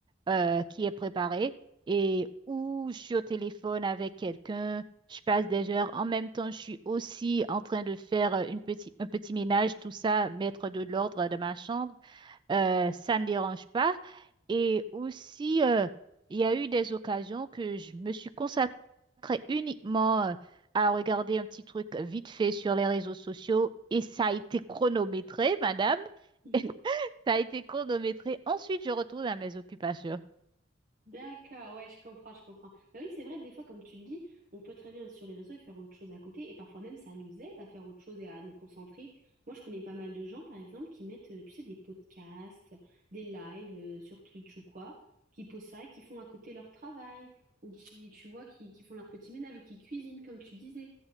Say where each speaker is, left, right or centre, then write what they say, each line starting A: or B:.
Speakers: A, on the right; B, on the right.
A: euh, qui est préparée et ou je suis au téléphone avec quelqu'un, je passe des heures. En même temps, je suis aussi en train de faire une petite, un petit ménage, tout ça, mettre de l'ordre dans ma chambre euh, ça ne dérange pas. Et aussi, euh, il y a eu des occasions que je me suis consacrée uniquement euh, à regarder un petit truc vite fait sur les réseaux sociaux et ça a été chronométré, madame. <laughs>
B: <laughs>
A: Et ça a été chronométré. Ensuite, je retourne à mes occupations.
B: D'accord, ouais, je comprends, je comprends. Mais oui, c'est vrai, des fois, comme tu le dis, on peut très bien être sur les réseaux et faire autre chose à côté, et parfois même, ça nous aide à faire autre chose et à nous concentrer. Moi, je connais pas mal de gens, par exemple, qui mettent, euh, tu sais, des podcasts, des lives, euh, sur Twitch ou quoi, qui posent ça et qui font à côté leur travail, ou qui, tu vois, qui, qui font leur petit ménage, ou qui cuisinent, comme tu disais.